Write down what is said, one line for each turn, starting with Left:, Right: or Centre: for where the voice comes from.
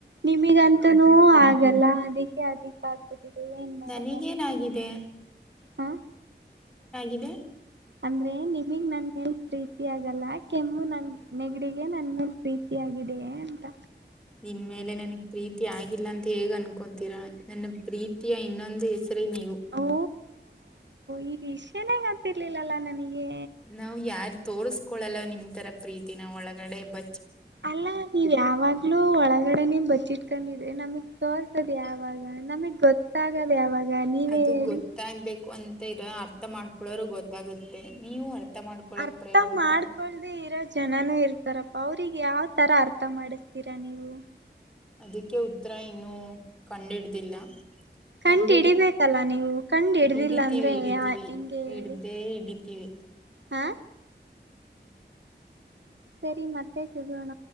Right: ನಿಮಗಂತೂನ ಆಗಲ್ಲ ಅದಕ್ಕೆ ಅದಿಕ್ಕ ಆಗ್ಬದಿದೆ ಏನ್ ಮಾಡದ
Centre: ನನಗೇನಾಗಿದೆ
Right: ಹಾ
Centre: ಇಿವ
Right: ಅಂದ್ರೆ ನೀವೀಗ್ ನನ್ ಹೇ ಪ್ರೀತಿಿಯಗಲ್ಲ ಕೆಮ್ಮು ನನ್ ನೆಗಡಿಗೆ ನನ್ ಮೇಲ್ ಪ್ರೀತಿಯಗಿದೆಯ ಅಂತ
Centre: ನಿನ್ ಮೇಲೆ ನನ್ಗ್ ಪ್ರೀತಿ ಆಗಿಲ್ಲ ಅಂತ ಹೇಗ್ ಅನ್ಕೋತೀರಾ ನನ್ನ ಪ್ರೀತಿಯ ಇನ್ನೊಂದು ಹೆ ನೀ
Right: ಓ ಈ ವಿಷಯನೇ ಗೊತ್ತಿರ್ಲಿಲ್ಲಲ್ಲ ನನಗೆ
Centre: ನಾವವು ಯಾರ ತೋ ಕೊಳಲ್ಲವ ನಿನ್ ತರ ಪ್ರೀತಿ ನಾ ಒಳಗಡೆ ಬ
Right: ಅಲ್ಲ ಅ ನೀೀರಿ ಯಾಗ್ೂ ಒಳಗಡೆನೆ ಬಚ್ಚಿ ಇಟ್ಕೊಂಡಿದ್ರಿ ನಮಗ್ ತೋರ್ಸದೆ ಯಾವಾಗ ನಮಗ್ ಗೊತ್ತಾಗದ ಯಾವಾಗ ನೀವೇ
Centre: ಅದು
Right: ಹೇಳಿ
Centre: ಗೊತ್ತಾಗ್ಬೇಕು ಅಂತ ಇರ ಅರ್ಥ ಮಾಡ್ಕೊೊಳ್ಳೋರು ಗೊತ್ತಾಗುತ್ತೆ ನೀವು ಅರ್ಥ ಮಾಡ್ಕೊಳಕ್
Right: ಅರ್ಥ
Centre: ಪ್ರಯತ್ನ
Right: ಮಾಡ್ಕೊಳ್ದ
Centre: ಪಡಿ
Right: ಇರೋ ಜನನುೂ ಇರ್ತಾರಪ್ಪ ಅವ್ರಿಗೆ ಯಾವ ತರ ಅರ್ಥ ಮಾಡಿಸತ ಇರಾ ನೀವು
Centre: ಅದಕ್ಕೆ ಉತ್ತರ ಇನ್ನುೂ ಕಂಡಿಡ್ದಿಲ್ಲ
Right: ಕಂಡ್
Centre: ಕಂಡ
Right: ಹಿಡಿಬೇಕಲ್ಲ
Centre: ಹಿಡ
Right: ನೀವು ಕಂಡ್ ಹಿಡ್ದಿಲ್ಲ
Centre: ಹಿಡಿತೀವಿ
Right: ಅಂದ್ರೆ
Centre: ಹಿಡಿತೀವಿ
Right: ಹೆಂಗೆ ಹೇಳಿ
Centre: ಇಡ್ದೇ ಇಿಡ ವಿ
Right: ಹಾ ಸರಿ ಮತ್ತೆ ಸಗಣ